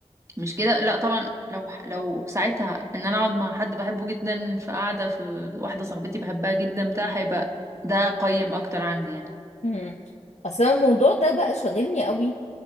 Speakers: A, on the right; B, on the left.
A: مش كده لا طبعا لو لو ساعتها ان انا اقعد مع حد بحبه جدا في قعده في واحده صاحبتي بحبها جدا بتاع هيبقى ده قيم اكتر عندي يعني
B: مم. أصل أنا الموضوع ده بقى شاغلني قوي